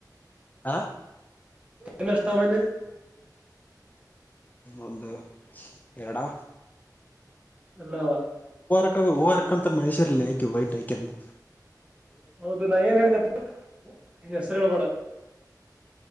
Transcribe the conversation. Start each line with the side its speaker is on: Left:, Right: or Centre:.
Left: ಆ
Right: ಇನ್ನ್ ಎಷ್ಟ್ ತುಗೋಬಂದಿ.
Left: ಒಂದ ಎರಡಾ
Right: ಎಲ್ಲಾ
Left: ಹವರ್ಕಂತ ಮೈಸೂರಿಲ್ಲಿ ಹಾಕಿ ಬೈಟ್ ಹಾಕೇಂದ್
Right: ಹೌದು ನಾ ಏನ್ ಹೇಳಿದಪ್ಪ ಈ ಹೆಸರು ಹೇಳ್ ಬೇಡಾ